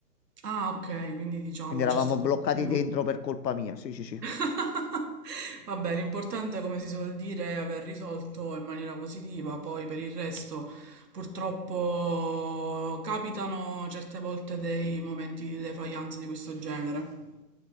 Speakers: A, on the right; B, on the left.
A: Ah, ok, quindi diciamo
B: Quindi eravamo
A: c'è stato
B: bloccati
A: un attimo.
B: dentro per colpa mia. Sì, sì, sì.
A: <laughs> Vabbè, l'importante, come si suol dire, è aver risolto in maniera positiva, poi per il resto purtroppo capitano certe volte dei momenti di defaillance di questo genere.